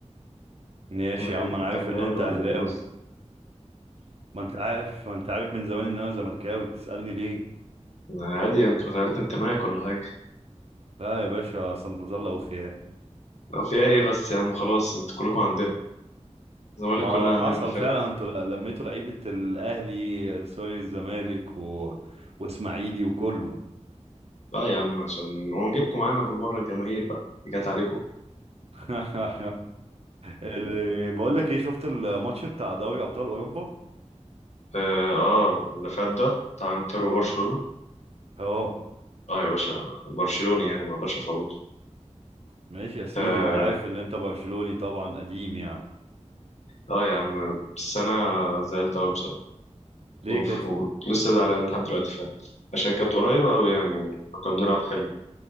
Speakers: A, on the right; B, on the left.
A: ماشي
B: أنت إيه
A: يا عم انا
B: أنت
A: عارف
B: أهلاوي
A: ان انت
B: ولا
A: اهلاوي
B: إيه أصلا؟
A: ما انت عارف ما انت عارف من زمان ان انا زملكاوي بتسألني ليه
B: أنا عادي يمكن غيرت انتمائك ولا حاجة
A: لا يا باشا اصل نظل اوفياء
B: أو في إيه بس يا عم خلاص أنتوا كلكم عندنا الزمالك
A: ما
B: كلها
A: حصل
B: عندنا في الفرقة
A: فعلا انتوا ل- لميتوا لعيبه الاهلي سوري الزمالك و... واسماعيلي وكله
B: لا يا عم عشان ونجيبكم معانا بالمرة الجماهير بقى اللي جت عليكم
A: <laughs> ال- بقولك ايه شفت الماتش بتاع دوري ابطال اوروبا
B: آه, آه اللي فات ده بتاع إنتر
A: اه
B: وبرشلونة
A: اه
B: آه يا باشا برشلوني يعني ما أقدرش أفوته
A: ماشي يا سيدي
B: آه,
A: وانا عارف ان انت برشلوني طبعا قديم يعني
B: آه يا عم السنة زعلت أوي بصراحة
A: ليه
B: اوف
A: كده
B: لسه زعلان لحد دلوقتي فعلا عشان كانت قريبة أوي يعني وكنا بنلعب حلو